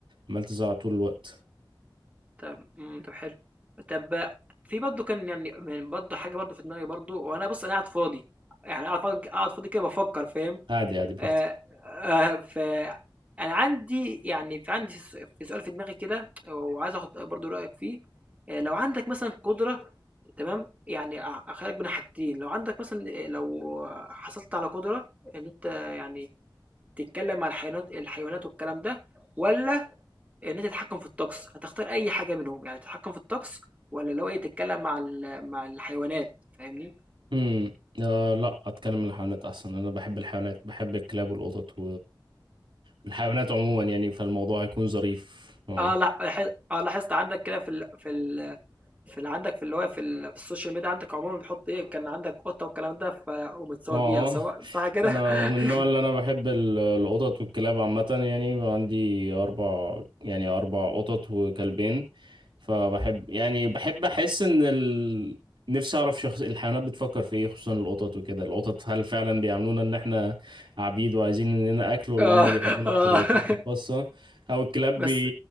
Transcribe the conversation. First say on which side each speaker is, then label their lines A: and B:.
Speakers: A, on the right; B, on the right.
A: عمال تزعق طول الوقت
B: طب امم طب حلو طب في برضه كان يعني من- برضه حاجه برضه في دماغي برضه وانا بص انا قاعد فاضي يعني قاعد فاضي قاعد فاضي كده بفكر فاهم
A: عادي عادي براحتك
B: آآ آآ ف أنا عندي يعني في عندي س في سؤال في دماغي كده وعايز آخُد برضه رأيك فيه، آآ لو عندك مثلًا قدرة تمام، يعني أ أخيّرك بين حاجتين، لو عندك مثلًا آآ لو حصلت على قدرة إن أنت يعني تتكلّم مع الحيوانات الحيوانات والكلام ده، والّا إن أنت تتحكّم في الطقس، هتختار أي حاجة منهم، يعني تتحكّم في الطقس والّا اللي هو إيه تتكلّم مع ال مع الحيوانات فاهمني؟
A: امم آه لا اتكلم عن الحيوانات احسن انا بحب الحيوانات بحب الكلاب والقطط والحيوانات عموما يعني فالموضوع هيكون ظريف اه
B: آه لأ لاح آه لاحظت عندك كده في ال في ال في اللي عندك في اللي هو في ال في السوشيال ميديا عندك عمومًا بتحُط إيه، كان عندك قطة والكلام ده فقوم متصوّر
A: اه
B: بيها صو صح كده؟
A: انا
B: <laughs>
A: من النوع اللي انا بحب ال- القطط والكلاب عامه يعني عندي اربع يعني اربع قطط وكلبين فبحب يعني بحب احس ان ال... نفسي اعرف شخص الحيوانات بتفكر في ايه خصوصا القطط وكده القطط هل فعلا بيعاملونا ان احنا عبيد وعايزين اننا اكل ولا
B: آه،
A: هم بيحبونا بطريقتنا
B: آه <laughs>
A: الخاصه او الكلاب
B: بس
A: بي...